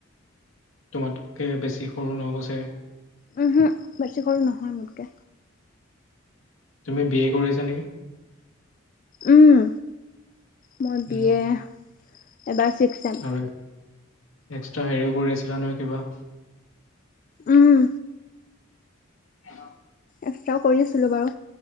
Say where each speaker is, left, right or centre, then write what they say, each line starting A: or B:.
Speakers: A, on the left; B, on the left.
A: তোমাতকে বেছি সৰু নহ'ব চাগে
B: উম হুম বেছিকৈ নহয় মোতকে
A: তুমি বি এ কৰি আছা নেকি
B: উম মই
A: উম
B: বি এ এবাৰ ছিক্স এম
A: আৰু এক্সট্ৰা হেৰিও কৰি আছিলা নহয় কিবা
B: উম,
A: অঅঁ
B: এক্সট্ৰা কৰি আছিলো বাৰু